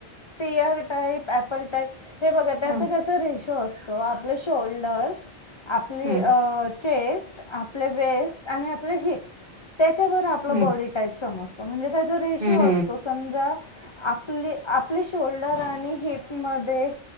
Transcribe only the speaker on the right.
हम्म
हम्म
हम्म
हम्म